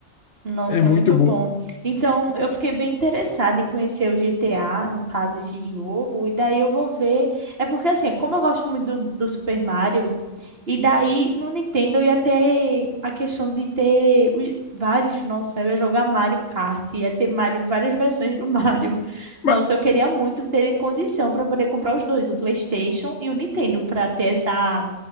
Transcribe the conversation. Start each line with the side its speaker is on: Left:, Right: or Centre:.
Right: Nossa,
Left: É muito
Right: é muito
Left: boa.
Right: bom. Então, eu fiquei bem interessada em conhecer o GTA, no caso, esse jogo, e daí eu vou ver. É porque, assim, como eu gosto muito do, do Super Mario, e daí no Nintendo eu ia ter a questão de ter os- vários. Nossa, eu ia jogar Mario Kart, ia ter Mario, várias versões do <laughs> Mario.
Left: Mas,
Right: Nossa, eu queria muito ter condição para poder comprar os dois, o PlayStation e o Nintendo, para ter essa,